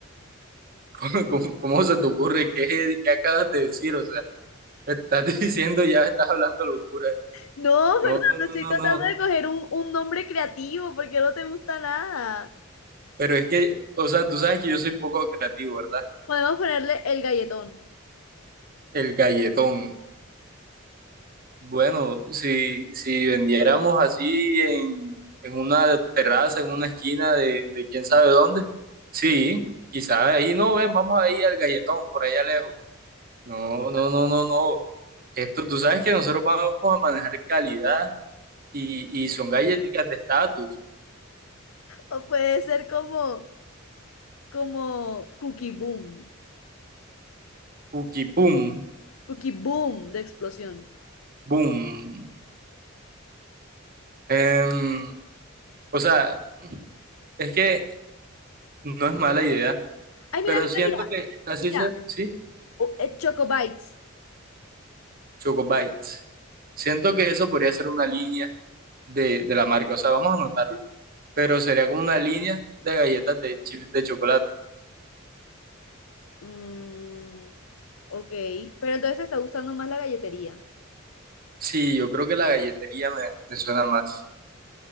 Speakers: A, on the right (about 45°); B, on the left (about 80°).
A: <laughs> ¿Cómo, cómo- cómo se te ocurre? ¿Qué, qué acabas de decir? O sea, estás <laughs> diciendo ya, estás hablando locura.
B: No,
A: No,
B: Fernando,
A: no, no,
B: estoy
A: no,
B: tratando
A: no.
B: de coger un, un nombre creativo porque no te gusta nada.
A: Pero es que, o sea, tú sabes que yo soy poco creativo, ¿verdad?
B: Podemos ponerle el galletón.
A: El galletón. Bueno, si, si vendiéramos así en, en una terraza, en una esquina de, de quién sabe dónde, sí, quizás ahí no, ven, vamos ahí al galletón, por allá lejos. No, no, no, no, no. Esto, tú sabes que nosotros vamos a manejar calidad y, y son galletitas de estatus.
B: O puede ser como, como Cookie Boom.
A: Cookie Boom,
B: Cookie Boom de explosión.
A: boom. Em, o sea, es que no es mala idea,
B: Ay, mira,
A: pero
B: mira,
A: siento
B: mira.
A: que así
B: Mira,
A: se, sí,
B: o- eh, Choco Bites.
A: Choco Bites. Siento que eso podría ser una línea de, de la marca, o sea, vamos a anotarlo, pero sería como una línea de galletas de chips de chocolate.
B: Mm, ok, pero entonces te está gustando más la galletería.
A: Sí, yo creo que la galletería me, me suena más.